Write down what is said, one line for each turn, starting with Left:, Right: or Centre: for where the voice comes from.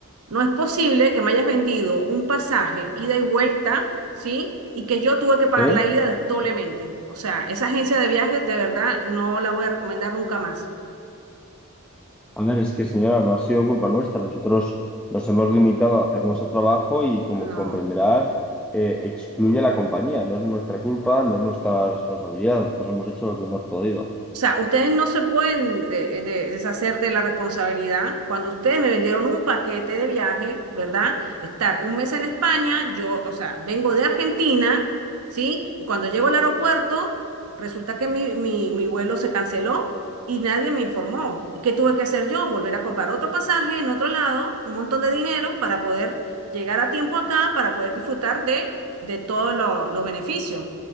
Right: No es posible que me hayas vendido un pasaje, ida y vuelta, ¿sí? Y que yo tuve que pagar
Centre: Sí,
Right: la ida des- doblemente. O sea, esa agencia de viajes de verdad no la voy a recomendar nunca más.
Centre: a ver, es que señora, no ha sido culpa nuestra. Nosotros nos hemos limitado a hacer nuestro trabajo y como
Right: No.
Centre: comprenderá, eh, excluye a la compañía. No es nuestra culpa, no es nuestra responsabilidad. Nosotros hemos hecho lo que hemos podido.
Right: O sea, ustedes no se pueden de- de- deshacer de la responsabilidad. Cuando ustedes me vendieron un paquete de viaje, ¿verdad? Estar un mes en España, yo, o sea, vengo de Argentina, ¿sí? Y cuando llego al aeropuerto, resulta que mi, mi, mi vuelo se canceló y nadie me informó. ¿Y qué tuve que hacer yo? Volver a comprar otro pasaje en otro lado, un montón de dinero para poder llegar a tiempo acá, para poder disfrutar de, de todos lo- los beneficios